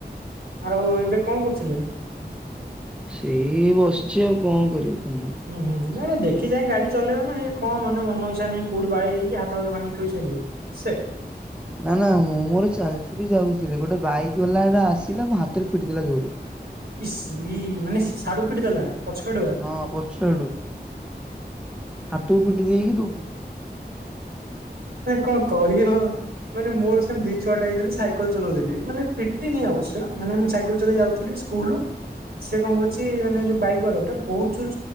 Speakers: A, on the right; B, in the centre.
A: ଆଉ ଏବେ କଣ କରୁଥିଲେ?
B: ସେଇ ବସିଛି ଆଉ କଣ କରିବି କହୁନ
A: ହୁଁ ହୁଁ ନାଇଁ ନାଇଁ ଦେଖି ଚାହିଁ ଗାଡ଼ି ଚଲେଇବେ ନା ଇଏ କଣ ମନେ ମନ ଇଛା ନେଇ କଉଠି ବାଡ଼େଇ ଦେଇକି ହାତ ଫାତ ଭାଙ୍ଗି ଥୋଇସାଇଲେଣି ସେ
B: ନା ନା ମୁଁ ମୋର ଚାଲିକିରିଯାଉଥିଲି ଗୋଟେ ବାଇକ ବାଲାଟା ଆସିଲା ମୋ ହାତରେ ପିଟି ଦେଲା ଯୋରେ।
A: ଇ ସି ମାନେ ସାଡ଼ୁ ପିଟି ଦେଲା ପଛଆଡ଼ୁଆ?
B: ହଁ ପଛ ଆଡ଼ୁ ହାତକୁ ପିଟି ଦେଇକି ଦଉଡିଛି।
A: ଭାଇ କଣ କରିବ ମାନେ ମୋର ସେମିତି ଛୁଆଟା ହେଇଥିଲି ସାଇକଲ୍ ଚଲଉଥିଲି ମାନେ ପିଟି ନି ଅବଶ୍ୟ ମାନେ ମୁଁ ସାଇକେଲ୍ ଚଲେଇ ଯାଉଥିଲି ସ୍କୁଲ ସେ କଣ କରଛି ମାନେ ଯୋଉ ବାଇକ୍ ବାଲା ଟା ବହୁତ